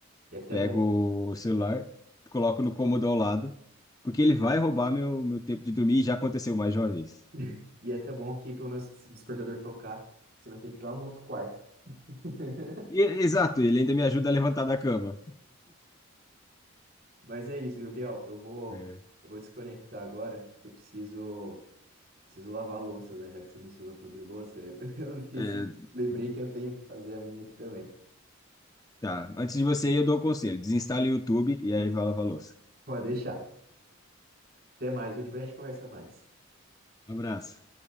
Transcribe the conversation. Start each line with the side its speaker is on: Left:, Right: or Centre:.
Right: E é até
Left: Pego
Right: bom.
Left: o celular, coloco no cômodo ao lado, porque ele vai roubar meu, meu tempo de dormir e já aconteceu mais de uma vez.
Right: <laughs> E é até bom que, pelo menos, se o despertador tocar, você vai ter que ir lá no outro quarto. <laughs>
Left: E- exato, ele ainda me ajuda a levantar da cama.
Right: Mas é isso, Gabriel. Eu vou,
Left: É.
Right: eu vou desconectar agora, que eu preciso. Preciso lavar a louça, né? Já que você mencionou sobre louça, eu, <laughs> eu esqueci.
Left: É,
Right: Lembrei que eu tenho que fazer a minha aqui também.
Left: tá, antes de você ir, eu dou o conselho: desinstale o YouTube e aí vai lavar a louça.
Right: Pode deixar. Até mais, viu? Depois a gente conversar mais.
Left: Abraço.